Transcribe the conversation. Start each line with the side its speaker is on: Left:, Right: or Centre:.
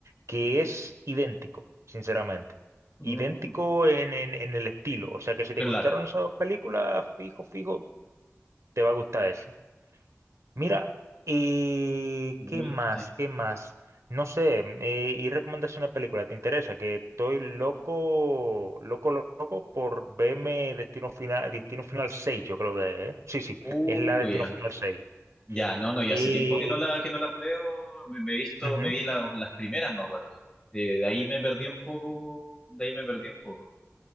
Right: que es idéntico, sinceramente.
Left: Mm,
Right: Idéntico en, en, en el estilo. O sea que si
Left: claro.
Right: te gustaron esas dos películas, fijo, fijo, te va a gustar esa. Mira, ¿y qué
Left: Wheel
Right: más?
Left: of Time.
Right: ¿Qué más? No sé, eh, ¿y recomendación de película? ¿Te interesa? Que estoy loco, loco, loco por verme Destino Final, Destino Final seis, yo creo que es, ¿eh? Sí, sí,
Left: Uy,
Right: es la Destino
Left: ya.
Right: Final seis.
Left: Ya, no, no, ya
Right: Eh,
Left: hace tiempo que no la, que no las veo. Me, me he visto,
Right: ujú.
Left: me vi la- las primeras, me acuerdo. De, de ahí me perdí un poco, de ahí me perdí un poco.